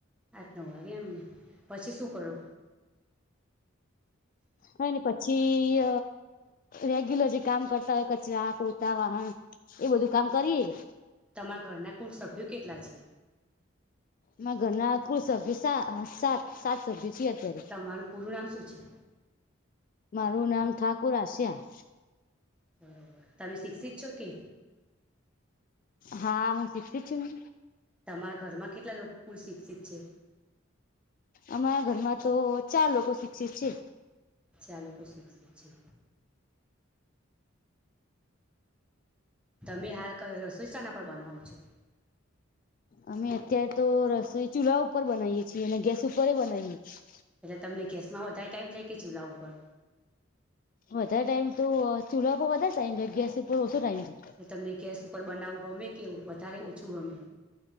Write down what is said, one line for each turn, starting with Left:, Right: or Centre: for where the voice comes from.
Centre: આઠ નવ વાગે એમને પછી શું કરો
Left: કઈ નહીં પછી રેગ્યુલર જે કામ કરતા હોય કચરા પોતા વાહણ એ બધું કામ કરીએે
Centre: તમારા ઘરના કુલ સભ્યો કેટલા છે.
Left: મારા ઘરના કુલ સભ્યો સા સાત સાત સભ્યો છીએ અત્યારે.
Centre: તમારું પૂરું નામ શું છે?
Left: મારું નામ ઠાકુર આશિયા
Centre: બરોબર તમે શિક્ષિત છો કે
Left: હા હું શિક્ષિત છું ને
Centre: તમારા ઘરમાં કેટલા લોકો કુલ શિક્ષિત છે.
Left: અમારા ઘરમાં તો ચાર લોકો શિક્ષિત છે.
Centre: ચાર લોકો શિક્ષિત છે તમે હાલ કે રસોઈ શેના પર બનાવો છો?
Left: અમે અત્યારે તો રસોઈ ચૂલ્લા ઉપર બનાવીએ છીએ અને ગેસ ઉપર બનાવીએ છીએ.
Centre: એટલે તમને ગેસમાં વધારે ટાઈમ જાય કે ચૂલા ઉપર
Left: વધારે ટાઈમ તો ચુલા પર વધારે ટાઈમ જોય, ગેસ ઉપર ઓછો ટાઈમ જોય.
Centre: એ તમને ગેસ ઉપર બનાવું ગમે કે વધારે ઓછું ગમે